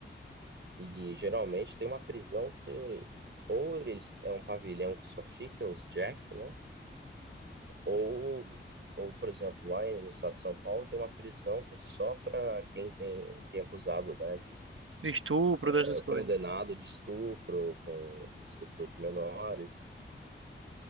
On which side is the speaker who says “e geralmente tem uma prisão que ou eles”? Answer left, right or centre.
Right